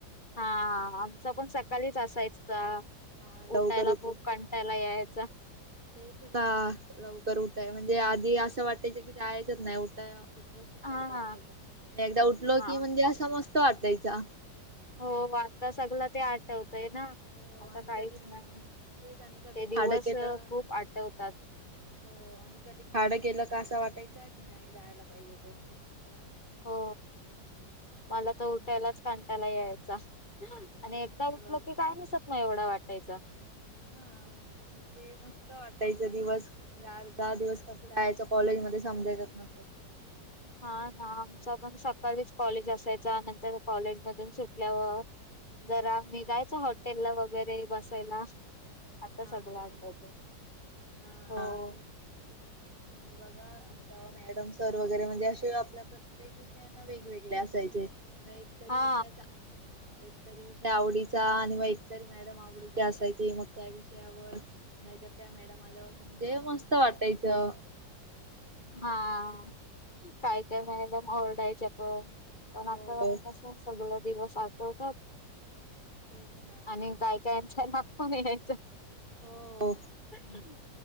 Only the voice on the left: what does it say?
हा आमचा पण सकाळीच असायचा.
उठायला
खूप कंटाला यायचा.
हा
हा
हो आता सगळ ते आठवतय ना.
आता
काहीच
नाही, ते
दिवस
खूप आठवतात.
हो मला
तर उठायलाच
कंटाला यायचा. आणि
एकदा
उठलो
की. काय नसत नाही एवढा वाटायचा.
<inaudible> हा ना आमचा पण सकाळीच कॉलेज असायच जा नंतर कॉलेज मधून सुटल्यावर <inaudible> <inaudible> जरा मी जायचो हॉटेलला वगैरे बसायला, <inaudible> <inaudible> आता
सगळं
आठवतय, <inaudible>
हो हो.
<inaudible>
हा
<inaudible> हा <inaudible> काय काय मॅडम, आवडायच्या पण, <inaudible> पण
आता कस सगळे दिवस आठवतात. <inaudible> <inaudible>
आणि काय कायच्या <unintelligible> यायचं, <inaudible>
- <unintelligible>